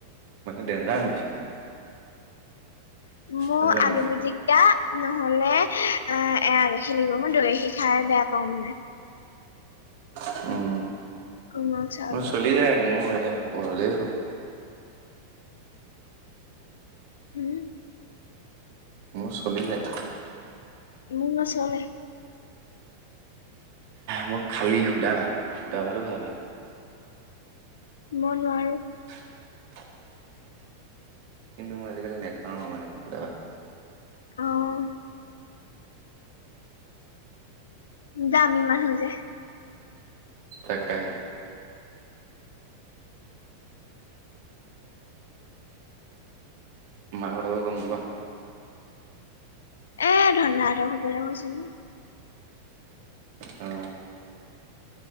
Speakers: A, on the right; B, on the left.
A: ডেঞ্জা মেচিন।
B: মো
A: বুজিছা
B: আলু
A: নাই
B: পিটিকি এয়া নহলে অ এয়া গাখীৰ লাগিব মই দৈ গাখীৰ খাই বেয়া পাওঁ মানে।
A: উম
B: কোমল চাউলৰ
A: মোৰ চলি
B: লগত
A: যায় মোৰ হ'লে হ'ল।
B: উ
A: মোৰ চলি যায়।
B: মোক নচলে।
A: মোক খালী সুধা ভাত সুদা ভাতো খাবা পাৰিম।
B: মই নোৱাৰো।
A: <inaudible> কিন্তু মই আজিকালি নাখাওঁ মানে সুধা ভাত।
B: অ দামি মানুহ যে।
A: তাকেহে। মা কলৈ গল গম নোপোৱা।
B: এ ধনদা হঁতৰ ঘৰফালে গৈছে নেকি।
A: অ।